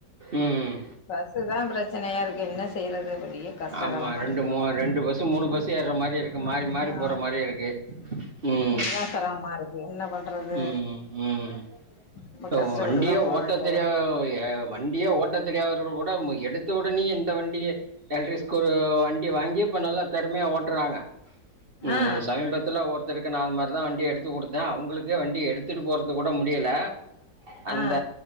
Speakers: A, on the right; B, on the left.
A: ம்
B: பஸ்ஸு தா பிரச்சனையா இருக்கு என்ன செய்யறது பெரிய கஷ்ட
A: ஆமா
B: காலமா
A: ரெண்டு
B: இருக்கு
A: மூ ரெண்டு பஸ் மூணு பஸ் ஏறுற மாரி இருக்கு
B: ஆமா
A: மாறி மாறி போற மாரி இருக்கு, ம்
B: அதுதா சிரமமா இருக்கு என்ன பண்றது
A: ம், ம்
B: ரொம்ப
A: இப்ப
B: கஷ்டப்பட்டுதா
A: வண்டியே
B: போ
A: ஓட்ட
B: வேண்டியதா
A: தெரியா
B: இருக்கு
A: வண்டியே ஓட்ட தெரியாதவர்கள் கூட எடுத்த உடனே இந்த வண்டிய எலக்ட்ரிக் ஸ்கூரு வண்டி வாங்கி இப்ப நல்லா தெறமயா ஓட்டுறாங்க ம்
B: ஆ
A: சமீபத்துல ஒருத்தருக் கு நா அது மார்தா வண்டி எடுத்து குடுத்த அவங்களுக் கு வண்டி எடுத்துட்டு போறது து கூட முடியல அந்த
B: ஆ